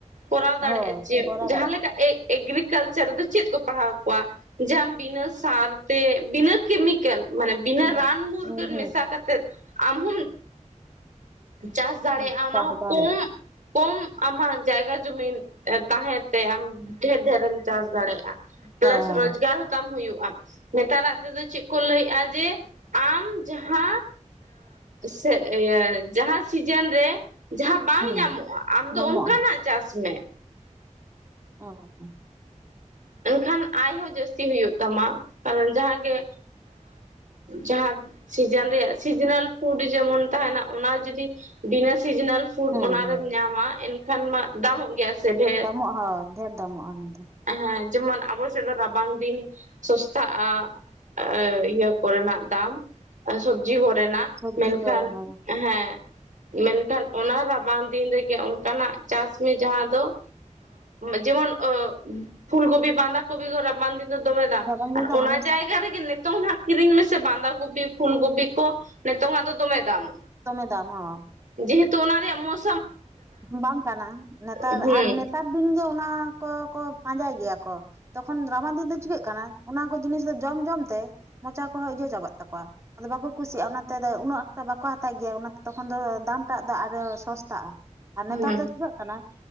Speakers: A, on the right; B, on the right.
A: ᱠᱚᱨᱟᱣ ᱫᱟᱲᱮᱭᱟᱜᱼᱟ
B: ᱦᱳᱭ
A: ᱡᱮ
B: ᱠᱚᱨᱟᱣ
A: ᱡᱟᱦᱟᱸᱮ
B: ᱫᱟᱲᱮᱭᱟᱜ
A: ᱞᱮᱠᱟ ᱮ ᱮᱜᱨᱤᱠᱟᱞ ᱨᱮᱫᱚ ᱪᱮᱫ ᱠᱚ ᱯᱟᱲᱦᱟᱣ ᱠᱚᱣᱟ ᱡᱟᱢ ᱵᱤᱱᱟᱹ ᱥᱟᱨ ᱛᱮ ᱵᱤᱱᱟᱹ ᱠᱮᱢᱤᱠᱮᱞ ᱢᱟᱱᱮ ᱵᱤᱱᱟᱹ
B: ᱦᱩᱸ
A: ᱨᱟᱱ ᱢᱩᱨᱜᱟᱹᱱ
B: ᱦᱩᱸ
A: ᱢᱮᱥᱟ ᱠᱟᱛᱮ ᱟᱢ ᱦᱚᱢ ᱪᱟᱥ ᱫᱟᱲᱮᱭᱟᱜᱼᱟ
B: ᱦᱩᱸ
A: ᱚᱱᱟ
B: ᱪᱟᱥ
A: ᱦᱚᱸ
B: ᱫᱟᱲᱮᱭᱟᱜ
A: ᱠᱚᱢ ᱠᱚᱢ ᱟᱢᱟᱜ ᱡᱟᱭᱜᱟ ᱡᱩᱚᱢᱤᱱ ᱛᱟᱦᱮᱸ ᱟᱢ ᱰᱷᱮᱨ ᱰᱷᱮᱨᱢ ᱪᱟᱥ ᱫᱟᱲᱮᱭᱟᱜᱼᱟ ᱯᱞᱟᱥ
B: ᱦᱚᱸ
A: ᱨᱳᱡᱽᱜᱟᱨ ᱦᱚᱸᱛᱟᱢ ᱦᱩᱭᱩᱜᱼᱟ᱾ ᱱᱮᱛᱟᱨᱟᱜ ᱛᱮᱫᱚ ᱪᱮᱫ ᱠᱚ ᱞᱟᱹᱭᱮᱫᱼᱟ ᱡᱮ ᱟᱢ ᱡᱟᱦᱟᱸ ᱥᱮ ᱤᱭᱟᱹ ᱡᱟᱦᱟᱸ ᱥᱤᱡᱮᱱ ᱨᱮ ᱡᱟᱦᱟᱸ ᱵᱟᱝ
B: ᱦᱮᱸ
A: ᱧᱟᱢᱚᱜᱼᱟ ᱟᱢ ᱫᱚ
B: ᱧᱟᱢᱚᱜᱼᱟ
A: ᱚᱱᱠᱟᱱᱟᱜ ᱪᱟᱥ ᱢᱮ
B: ᱚ
A: ᱮᱱᱠᱷᱟᱱ ᱟᱭᱦᱚᱸ ᱡᱟᱹᱥᱛᱤ ᱦᱩᱭᱩᱜ ᱛᱟᱢᱟ ᱠᱟᱨᱚᱱ ᱡᱟᱦᱟᱸᱜᱮ ᱡᱟᱦᱟᱸ ᱥᱤᱡᱮᱱ ᱨᱮᱭᱟᱜ ᱥᱤᱡᱤᱱᱟᱞ ᱯᱷᱩᱰ ᱡᱮᱢᱚᱱ ᱛᱟᱦᱮᱸᱱᱟ ᱚᱱᱟ ᱡᱩᱫᱤ ᱵᱤᱱᱟᱹ ᱥᱤᱡᱤᱱᱟᱞ ᱯᱷᱩᱰ
B: ᱦᱮᱸ
A: ᱚᱱᱟ
B: ᱦᱮᱸ
A: ᱨᱮᱢ ᱧᱟᱢᱟ ᱮᱱᱠᱷᱟᱱ ᱢᱟ ᱫᱟᱢᱚᱜ ᱜᱮᱭᱟ ᱥᱮ ᱰᱷᱮᱨ
B: ᱫᱟᱢᱚᱜ ᱦᱚᱸ ᱰᱷᱮᱨ ᱫᱟᱢᱚᱜᱼᱟ ᱚᱱᱟᱫᱚ
A: ᱮ ᱡᱮᱢᱚᱱ ᱟᱵᱚ ᱥᱮᱫ ᱫᱚ ᱨᱟᱵᱟᱝ ᱫᱤᱱ ᱥᱚᱥᱛᱟᱜᱼᱟ ᱤᱭᱟᱹ ᱠᱚᱨᱮᱱᱟᱜ ᱫᱟᱢ ᱥᱚᱵᱡᱤ ᱠᱚᱨᱮ ᱨᱮᱱᱟᱜ
B: ᱥᱚᱵᱽᱡᱤ
A: ᱢᱮᱱᱠᱷᱟᱱ
B: ᱠᱚ ᱦᱚᱸ
A: ᱦᱮᱸ ᱢᱮᱱᱠᱷᱟᱱ ᱚᱱᱟ ᱨᱟᱵᱟᱝ ᱫᱤᱱ ᱨᱮᱜᱮ ᱚᱱᱠᱟᱱᱟᱜ ᱪᱟᱥ ᱢᱮ ᱡᱟᱦᱟᱸ ᱫᱚ ᱡᱮᱢᱚᱱ ᱯᱷᱩᱞ ᱠᱚᱯᱤ ᱵᱟᱸᱫᱷᱟᱠᱯᱤ ᱜ ᱵᱟᱸᱫ ᱫᱚ ᱫᱚᱢᱮ ᱫᱟᱢ
B: ᱨᱟᱵᱟᱝ ᱫᱤᱱ
A: ᱟᱨ
B: ᱫᱚ
A: ᱚᱱᱟ
B: ᱦᱟᱢᱮᱥ
A: ᱡᱟᱭᱜᱟ ᱨᱮᱜ ᱱᱤᱛᱚᱝ ᱦᱜ ᱠᱤᱨᱤᱧ ᱢᱮᱥᱮ ᱵᱟᱸᱫᱟᱷᱟ ᱠᱚᱯᱤ ᱯᱷᱩᱞ ᱠᱚᱯᱤ ᱠᱚ ᱱᱤᱛᱚᱝᱟᱜ ᱫᱚ ᱫᱚᱢᱮ ᱫᱟᱢ
B: ᱫᱚᱢᱮ ᱫᱟᱢ ᱦᱚᱸ
A: ᱡᱮᱦᱮᱛᱩ ᱚᱱᱟ ᱨᱮᱭᱟᱜ ᱢᱚᱸᱡᱽ
B: ᱵᱟᱝ ᱠᱟᱱᱟ ᱱᱮᱛᱟᱨ
A: ᱦᱩᱸ
B: ᱟᱨ ᱱᱮᱛᱟᱨ ᱫᱤᱱ ᱜᱮ ᱚᱱᱟ ᱠᱚ ᱯᱟᱸᱡᱟᱭ ᱜᱮᱭᱟ ᱠᱚ ᱛᱚᱠᱷᱚᱱ ᱨᱟᱵᱟᱝ ᱫᱤᱱ ᱫᱚ ᱪᱤᱠᱟᱹᱜ ᱠᱟᱱᱟ ᱚᱱᱟ ᱠᱚ ᱡᱤᱱᱤᱥ ᱫᱚ ᱡᱚᱢ ᱡᱚᱢ ᱛᱮ ᱢᱚᱪᱟ ᱠᱚᱦᱚᱸ ᱤᱡᱚ ᱪᱟᱵᱟᱜ ᱛᱟᱠᱚᱣᱟᱫᱚ ᱵᱟᱠᱚ ᱠᱩᱥᱤᱭᱟᱜᱼᱟ ᱚᱱᱟᱛᱮ ᱩᱱᱟᱹᱜ ᱮᱠᱴᱟ ᱵᱟᱠᱚ ᱦᱟᱛᱟᱣ ᱜᱮᱭᱟ ᱛᱚᱠᱷᱚᱱ ᱫᱚ ᱫᱟᱢᱴᱟᱜ ᱫᱚ ᱟᱨᱚ ᱥᱚᱥᱛᱟᱜᱼᱟ ᱟᱨ ᱱᱮᱛᱟᱨ
A: ᱦᱩᱸ
B: ᱫᱚ ᱪᱤᱠᱟᱹᱜ ᱠᱟᱱᱟ